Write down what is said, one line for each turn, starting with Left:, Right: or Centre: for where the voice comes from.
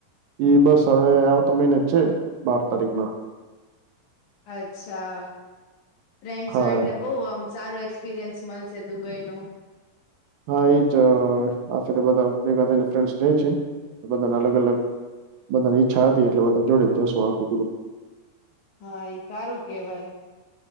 Right: એ બસ હવે આવ તો મહિને છેે બાર તારીખ ના
Left: અચ્છા ફેરનડહોયએટલે
Right: હા
Left: બઉ આમ સારું એક્સપિરિયન્સ મળશે દુબઈ નો
Right: હા, એ જ આપડે બધાં ભેગા થાઈ ને ફ્રેન્ડ્સ જાઈ છે, બધાં ના અલગ-અલગ બધાને ઈચ્છા હતી એટલે બધા જોડે જ જાશુ આખુ ગ્રુપ
Left: હા એ સારું કેવાય